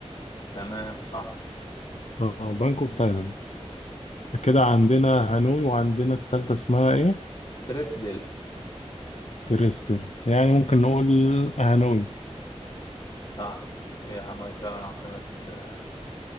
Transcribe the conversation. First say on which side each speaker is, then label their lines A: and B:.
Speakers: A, on the left; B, on the left.
A: تمام صح
B: اه بانكوك تايلاند كده عندنا هانوي وعندنا التالتة اسمها ايه؟
A: دريسدل
B: تريستل يعني ممكن نقول هانوي
A: صح هي هانوي فعلا عاصمة آه،